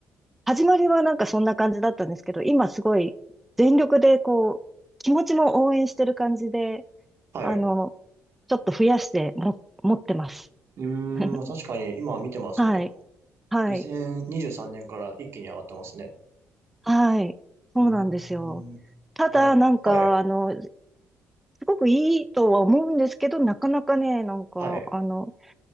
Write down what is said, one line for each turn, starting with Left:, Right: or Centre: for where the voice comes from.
Centre: 始まりはなんかそんな感じだったんですけど、今すごい全力でこう、気持ちも応援してる感じで、
Right: はい。
Centre: あの、ちょっと増やしても、持ってます。
Right: うーん、
Centre: <laughs>
Right: まあ確かに今は見てますけど、
Centre: はい、はい、
Right: 2023年から一気に上がってますね。
Centre: はい、そうなんですよ。
Right: うーん。
Centre: ただ、
Right: あ、
Centre: なんか、
Right: はい。
Centre: あの、すごくいいとは思うんですけど、なかなかね、なんか、
Right: はい。
Centre: あの、